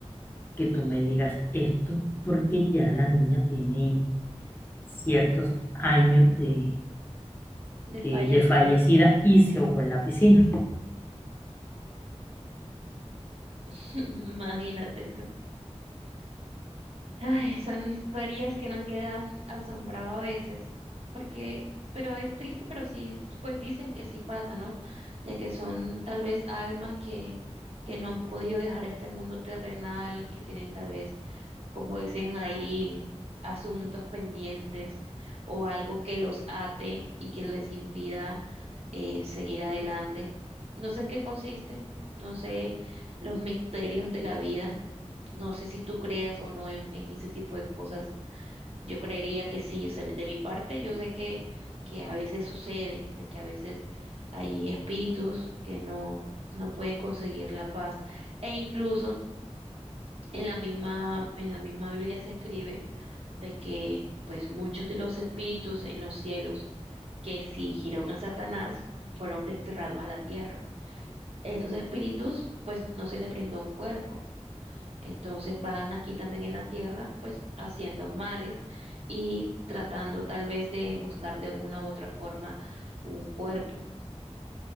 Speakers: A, on the left; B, on the right.
A: que tú me digas esto porque ya la niña tiene ciertos años de,
B: desfallecida.
A: de, de fallecida y se ahogó en la piscina.
B: <laughs> Imagínate tú. Ay, son historias que uno queda asombrado a veces, porque, pero es triste, pero sí, pues dicen que sí pasa, ¿no? De que son tal vez almas que, que no han podido dejar este mundo terrenal, que tienen tal vez como dicen ahí, asuntos pendientes o algo que los ate y que les impida eh, seguir adelante. No sé en qué consiste, no sé los misterios de la vida, no sé si tú creas o no en, en ese tipo de cosas. Yo creería que sí, o sea, de mi parte yo sé que, que a veces sucede, de que a veces hay espíritus que no, no pueden conseguir la paz e incluso en la misma, en la misma Biblia se escribe de que pues muchos de los espíritus en los cielos que siguieron a Satanás fueron desterrados a la tierra. Estos espíritus pues no se les brindó un cuerpo. Entonces vagan aquí también en la tierra pues haciendo males y tratando tal vez de buscar de una u otra forma un cuerpo.